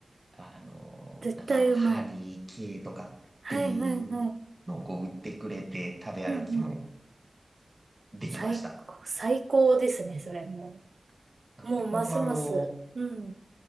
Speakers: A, on the right; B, on the right.
A: あの、
B: ー。絶対うまい。
A: なんか、ハニー系とかっていうのをこう、
B: はいはいはい。
A: 売ってくれて、食べ歩きも
B: うんうん。最高、
A: できました。
B: 最高ですね、それも
A: なので、
B: う。もうますます。
A: 本当はあの、
B: うん。